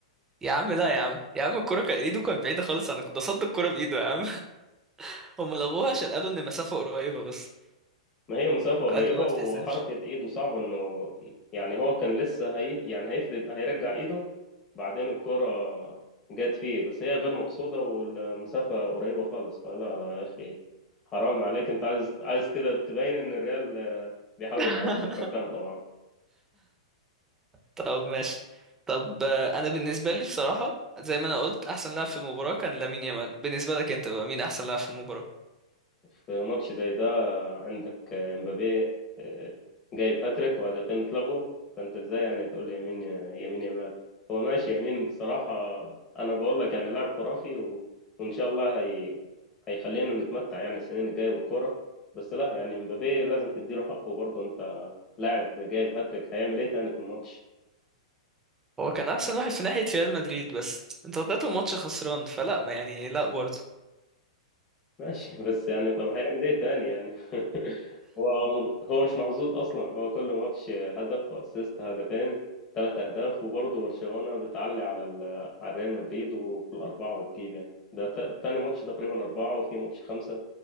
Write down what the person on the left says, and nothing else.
ما هي مسافة قريبة
وحركة
ايده صعبة انه يعني هو كان لسه هي يعني هيفرد هيرجع ايده بعدين الكرة جت فيه بس هي غير مقصودة والمسافة قريبة خالص فلا لا يا أخي حرام عليك أنت عايز عايز كده تبين إن الريال آه، بيحاول
يتعادل في الحكام طبعا
في ماتش زي ده عندك امبابي آه، جايب هاتريك وهدفين اتلغوا فانت ازاي يعني تقول لي يمين يمين يمال هو ماشي يمين بصراحة انا بقول لك يعني لاعب خرافي و... وان شاء الله هي... هيخلينا نتمتع يعني السنين الجاية بالكورة بس لا يعني امبابي لازم تديله حقه برضه انت لاعب جايب هاتريك هيعمل ايه تاني في الماتش
ماشي <laughs> بس يعني طب هيعمل ايه تاني يعني <laughs> هو هو مش محظوظ اصلا هو كل ماتش هدف واسيست هدفين ثلاث اهداف وبرضه برشلونة بتعلي على ال- على ريال مدريد وفي الاربعة بتجيب يعني ده تا- تاني ماتش تقريبا أربعة وفي ماتش خمسة